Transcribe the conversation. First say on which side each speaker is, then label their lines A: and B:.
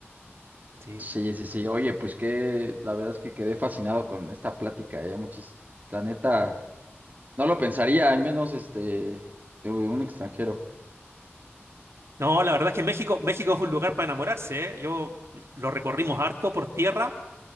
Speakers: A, on the right; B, on the right.
A: Sí.
B: Sí, sí, sí. Oye, pues que la verdad es que quedé fascinado con esta plática, ¿eh? Muchis, la neta, no lo pensaría, al menos este, de un extranjero.
A: No, la verdad es que México, México es un lugar para enamorarse, ¿eh? Yo lo recorrimos harto por tierra,